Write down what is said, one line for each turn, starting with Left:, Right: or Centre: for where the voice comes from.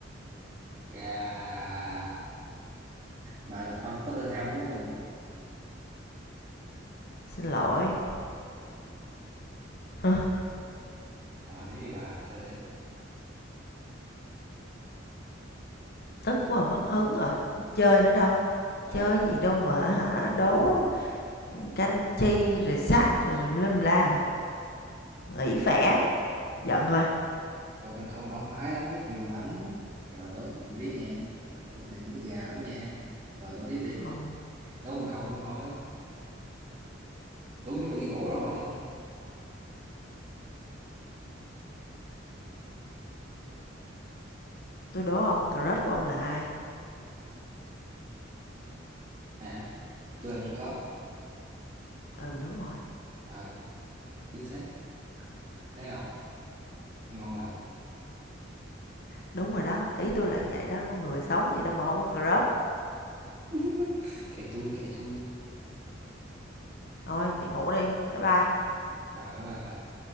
Right: gà bà là fan Tottenham đúng không
Left: xin lỗi. Hơ,
Right: rồi thế thì bà chơi tiếp
Left: tức quá mất hứng rồi, hông chơi nữa đâu.
Right: cho
Left: Chơi gì đâu mà hả, đố canh chi rồi sắc rồi tùm la, nghỉ phẻ, giận rồi.
Right: Rồi bình thường động thái lắm biết nhiều lắm giờ đố này biết nha Ờ, đố này biết gà lắm nha rồi đố tiếp đi
Left: ông
Right: đố một câu thôi tưởng chúng mình đi ngủ rồi
Left: tôi đố ông crush của ông là ai?
Right: hả tôi làm gì có
Left: Ừ, đúng rồi,
Right: ờ chính xác thấy không ngon lành
Left: đúng rồi đó, ý tôi là vậy đó, con người sống gì đâu mà không có crush.
Right: <laughs> kệ tôi kệ tôi
Left: Thôi đi ngủ đi, bye bye.
Right: rồi bye bye bà